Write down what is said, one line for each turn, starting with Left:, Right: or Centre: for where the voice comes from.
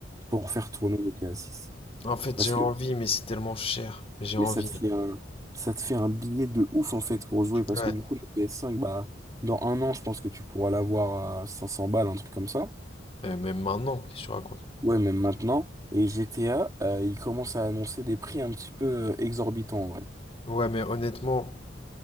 Right: pour faire tourner GTA 6?
Left: En fait,
Right: Parce
Left: j'ai
Right: que
Left: envie, mais c'est tellement cher. Mais j'ai envie.
Right: Mais ça te fait un, ça te fait un billet de ouf en fait pour jouer parce
Left: Ouais.
Right: que du coup, la PS5, bah, dans un an, je pense que tu pourras l'avoir à 500 balles, un truc comme ça.
Left: Euh, Même maintenant, qu'est-ce que tu racontes?
Right: Ouais, même maintenant. Et GTA, euh, ils commencent à annoncer des prix un petit peu euh, exorbitants, ouais.
Left: Ouais, mais honnêtement,